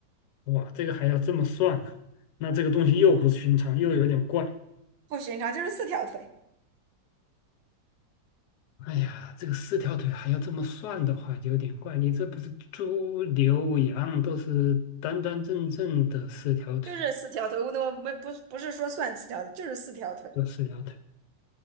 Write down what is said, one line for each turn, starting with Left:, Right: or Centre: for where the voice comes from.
Left: 哇，这个还要这么算呢、那这个东西又不寻常，又有点怪。
Right: 不寻常，就是四条腿，
Left: 哎呀，这个四条腿还要这么算的话，有点怪。你这不是猪、牛、羊都是端端正正的四条腿，
Right: 就是四条腿，我我没不不是说算四条腿，就是四条腿，
Left: 就四条腿，